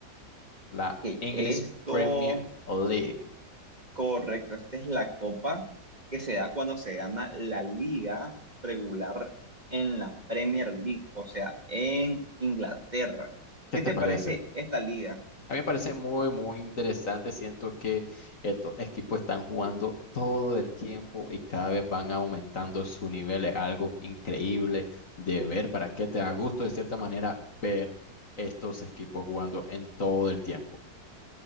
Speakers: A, on the left; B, on the right.
A: La
B: Ok,
A: English
B: esto
A: Premier League.
B: Correcto, esta es la copa que se da cuando se gana la liga regular en la Premier League, o sea, en Inglaterra.
A: ¿Qué
B: ¿Qué
A: te
B: te
A: parece?
B: parece esta liga?
A: A mí me parece muy, muy interesante. Siento que estos equipos están jugando todo el tiempo y cada vez van aumentando su nivel. Es algo increíble de ver para que te da gusto, de cierta manera, ver estos equipos jugando en todo el tiempo.